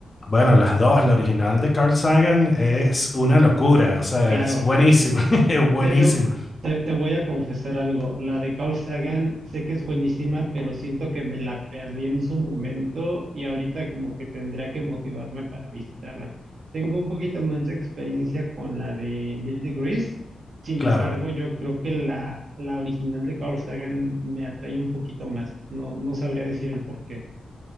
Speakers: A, on the left; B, on the right.
A: bueno, las dos, la original de Carl Sagan es una locura. O sea,
B: Claro.
A: es buenísima. <laughs> Es buenísima.
B: Te, te- te- te voy a confesar algo. La de Carl Sagan sé que es buenísima, pero siento que me la perdí en su momento y ahorita como que tendría que motivarme para visitarla. Tengo un poquito más de experiencia con la de Neil deGrasse. Sin
A: Claro.
B: embargo, yo creo que la, la original de Carl Sagan me atrae un poquito más. No, no sabría decir el por qué.